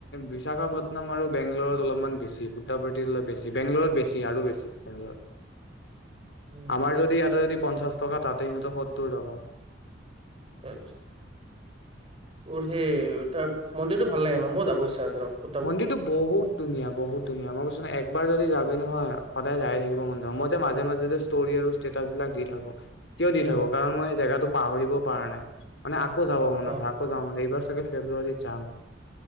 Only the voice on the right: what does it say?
উম
আচ্ছা! তোৰ সেই তাৰ মন্দিৰতটো ভাল লাগে ন মোৰ যাব ইচ্ছা আছে ৰ খুঁটা
পুতি
উম
অ